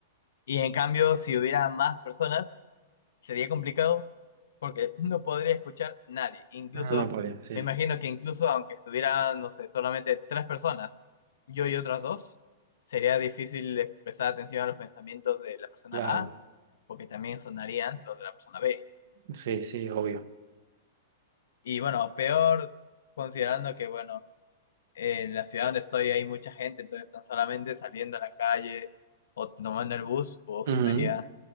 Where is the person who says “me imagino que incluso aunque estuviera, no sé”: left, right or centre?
Left